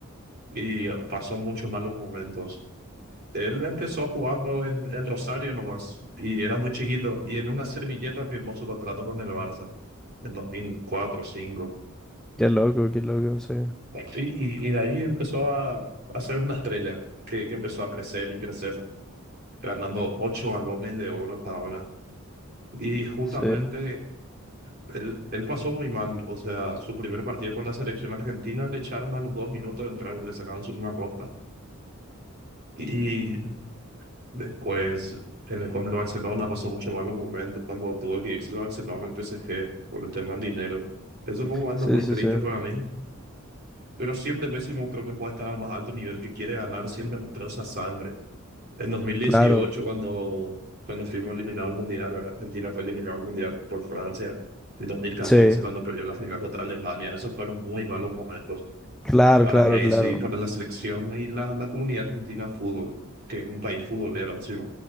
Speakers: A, on the right; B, in the centre.
A: y pasó muchos malos momentos. Él empezó jugando en, en Rosario nomás y era muy chiquito y en una servilleta firmó su contrato con el Barça en 2004 o 2005.
B: Qué loco, qué loco, sí.
A: Y, y, y de ahí empezó a, a ser una estrella que, que empezó a crecer y crecer, ganando ocho balones de oro hasta ahora. Y justamente
B: Sí.
A: Él, él pasó muy mal, o sea, su primer partido con la selección argentina le echaron a los dos minutos de entrar, le sacaron su- una ropa. Y después, en el, con el Barcelona pasó muchos malos momentos cuando tuvo que irse al Barcelona, al PSG, por el tema del dinero. Eso fue un momento
B: Sí,
A: muy
B: sí,
A: triste
B: sí.
A: para mí, pero siempre Messi mostró que puede estar al más alto nivel, que quiere ganar, siempre mostró esa sangre. En 2018,
B: Claro.
A: cuando, cuando fuimos eliminados al Mundial, ¿verdad? Argentina fue eliminado al Mundial por Francia. En 2014,
B: Sí.
A: cuando perdió la final contra Alemania, esos fueron muy malos momentos
B: Claro,
A: para
B: claro,
A: Messi,
B: claro.
A: para la selección y la, la comunidad argentina de fútbol, que es un país futbolero encima.